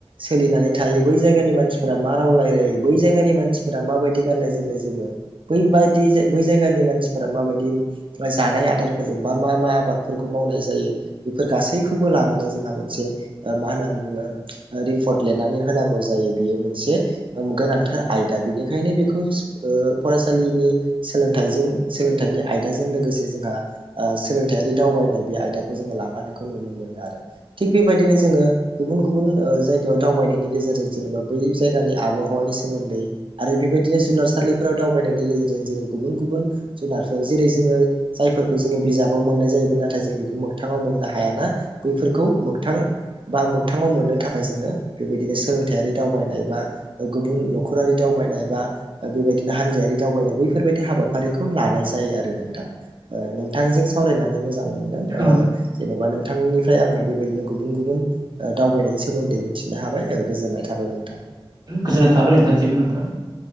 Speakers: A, on the right; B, on the right.
A: सोलिनानै थायो बै जायगानि मानसिफोरा मा रावलायायो बै जायगानि मानसिफोरा माबायदि गाननाय जोमनाय जोमो बै बायदि जायगानि मानसिफोरा माबायदि जानाय आदार बा मा मा आबादफोरखौ मावनाय जायो बेफोर गासैखौबो लानानै जोंहा मोनसे मा होननानै बुङो रिपर्ट लिरनानै होनांगौ जायो बियो मोनसे गोनांथार आयदा बेनिखायनो बेखौ ओ फरायसालिनि सोलोंथ सोलोंथाइनि आयदाजों लोगोसे जोंहा ओ सोलोंथायारि दावबायनाय बे आयदाखौ जोङो लाफानायखौ नुनो मोनो आरो थिग बेबायदिनो जोङो गुबुन गुबुन जायगायाव दावबायनायनि गेजेरजों जेनेबा बै जायगानि आबहावा बहावानि सोमोन्दै आरो बेबायदिनो जुनारसालिफोराव दावबायनायनि गेजेरजों जोङो गुबुन गुबुन जुनारफोर जेरै जोङो जायफोरखौ जोङो बिजाबाव मोननाय जायोमोन नाथाय जों बेखौ मोगथाङाव मोननो हायाना बैफोरखौ मोगथां बा मोगथाङाव मोननो थाखाय जोङो बेबायदिनो। सोलोंथायारि दावबायनाय बा गुबुन न'खरारि दावबायनाय बा। बेबायदिनो हानजायारि दावबायनाय बैफोरबायदि हाबा। हाबाफारिखौ लानाय जायो आरो नोंथां नोंथांजों सावरायनानै मोजां मोनो। ओ
B: औ नोंथां
A: जेन'बा नोंथांनिफ्राय आङो बेबायदिनो गुबुन गुबुन दावबायनायनि सोमोन्दै मिथिनो हाबाय गोजोननाय थाबाय नोंथां।
B: गोजोननाय थाबाय नोंथांसिमबो नोंथां